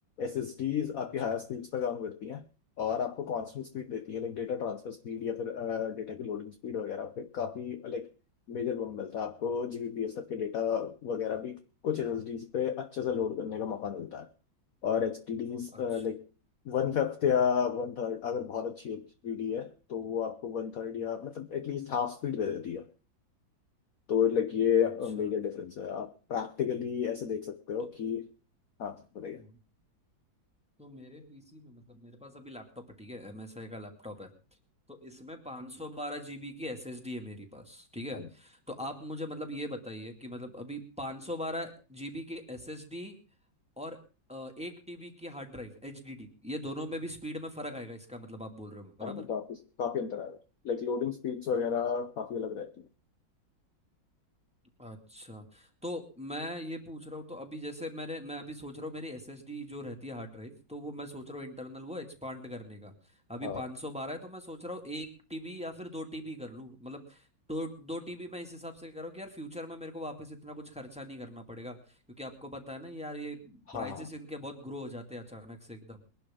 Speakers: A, on the left; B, in the centre.
A: एस एस डीज आपकी
B: अच्छा
A: हायर स्पीड्स पे काम करती हैं और आपको कांस्टेंट स्पीड देती है लाइक डेटा ट्रांसफर स्पीड या फिर डेटा की लोडिंग स्पीड वगैरह पे काफ़ी लाइक मेजर बम मिलता है आपको जी बी पी एस तक के डेटा वगैरह भी कुछ एस एस डीज पे अच्छे से लोड करने का मौका मिलता है और एच टी डीज
B: अच्छा
A: लाइक वन फिफ्थ या वन थर्ड अगर बहुत अच्छी एचडी है तो वो आपको वन थर्ड
B: हम्म,
A: या मतलब एटलीस्ट हाफ स्पीड दे देती है तो लाइक ये
B: अच्छा
A: मेजर डिफरेंस है आप प्रैक्टिकली ऐसे देख सकते हो
B: तो
A: कि हाँ बताइए
B: हम्म। तो मेरे पीसी में मतलब मेरे पास अभी लैपटॉप है ठीक है एमएसआई का लैपटॉप है तो इसमें 512 जीबी की एसएसडी है मेरी पास ठीक है
A: हाँ जी
B: तो आप मुझे मतलब ये बताइए कि मतलब अभी 512 जीबी की एसएसडी और अ, एक टीबी की हार्ड ड्राइव एचडीडी ये दोनों में भी स्पीड में फर्क आएगा इसका मतलब आप बोल रहे हो बराबर
A: हाँ जी, काफी काफी अंतर आएगा लाइक लोडिंग स्पीड्स वगैरह काफी अलग रहती है
B: अच्छा तो मैं ये पूछ रहा हूँ तो अभी जैसे मैंने मैं अभी सोच रहा हूँ मेरी एसएसडी जो रहती है हार्ड ड्राइव तो वो मैं सोच रहा हूँ इंटरनल वो एक्सपांड करने का अभी
A: हाँ
B: 512 है तो मैं सोच रहा हूँ एक टीबी या फिर दो टीबी कर लूँ मतलब दो दो टीबी मैं इस हिसाब से कर रहा हूँ कि यार फ्यूचर में मेरे को वापस इतना कुछ खर्चा नहीं करना पड़ेगा क्योंकि आपको पता है ना यार ये प्राइजेस
A: हाँ हाँ
B: इनके बहुत ग्रो हो जाते हैं अचानक से एकदम